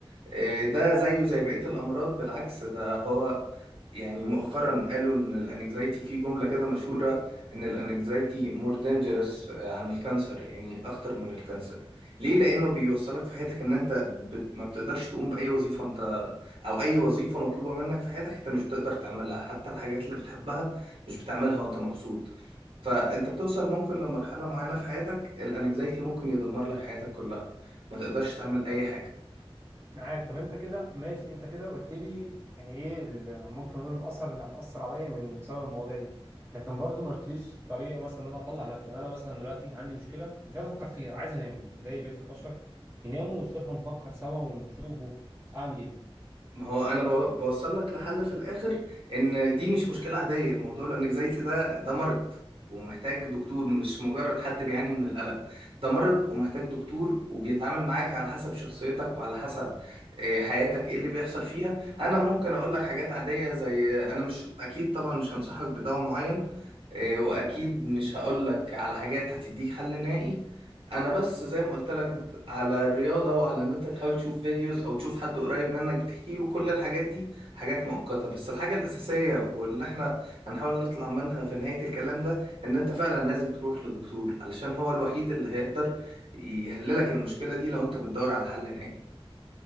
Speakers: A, on the right; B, on the right.
A: إيه ده زيه زي بقية الأمراض بالعكس ده هو يعني مؤخرا قالوا إن الأنكزايتي في جملة كده مشهورة إن الأنكزايتي مور دينجرس عن الكانسر يعني أخطر من الكانسر ليه؟ لأنه بيوصلك في حياتك إن أنت بت... ما بتقدرش تقوم بأي وظيفة أنت أو أي وظيفة مطلوبة منك في حياتك أنت مش بتقدر تعملها حتى الحاجات اللي بتحبها مش بتعملها وأنت مبسوط فأنت بتوصل ممكن لمرحلة معينة في حياتك الأنكزايتي ممكن يدمر لك حياتك كلها ما تقدرش تعمل أي حاجة
B: معاك طب انت كده ماشي انت كده قلت لي يعني ايه ال- ممكن نقول الاثر اللي هتاثر عليا من بسبب المواضيع دي لكن برضو ما قلتليش طريقه مثلا ان انا اطلع نفسي يعني انا مثلا دلوقتي عندي مشكله مش عايز افكر فيها عايز انام زي بقيه البشر يناموا والصبح نفكر سوا ونشوفوا اعمل ايه
A: ما هو انا بو- بوصل لك لحل في الاخر ان دي مش مشكله عاديه موضوع الانكزايتي ده ده مرض ومحتاج دكتور مش مجرد حد بيعاني من القلق ده مرض ومحتاج دكتور وبيتعامل معاك على حسب شخصيتك وعلى حسب آه، حياتك ايه اللي بيحصل فيها انا ممكن اقول لك حاجات عاديه زي انا مش اكيد طبعا مش هنصحك بدواء معين آه، واكيد مش هقول لك على حاجات هتديك حل نهائي انا بس زي ما قلت لك على الرياضة وعلى ان انت تحاول تشوف فيديوز او تشوف حد قريب منك بتحكي له كل الحاجات دي حاجات مؤقتة بس الحاجة الأساسية واللي احنا هنحاول نطلع منها في نهاية الكلام ده ان انت فعلا لازم تروح لدكتور علشان هو الوحيد اللي هيقدر يحللك المشكلة دي لو انت بتدور على حل نهائي